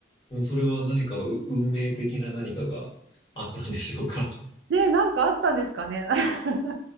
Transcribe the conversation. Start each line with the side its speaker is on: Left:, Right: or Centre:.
Left: もうそれは何かう運命的な何かがあったんでしょうか。
Right: でなんかあったんですかね。<laughs>